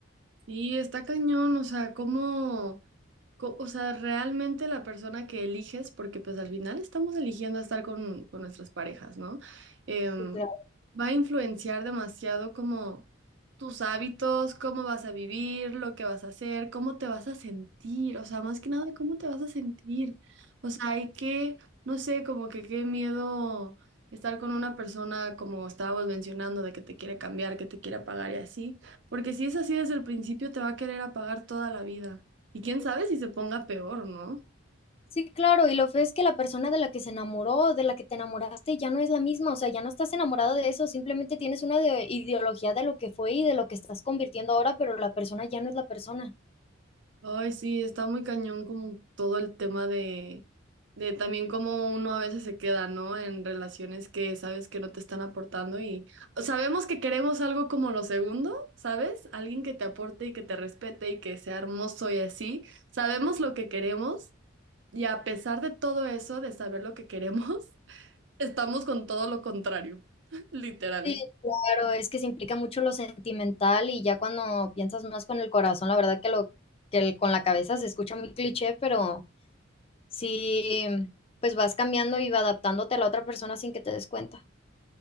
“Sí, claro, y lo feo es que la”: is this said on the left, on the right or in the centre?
Left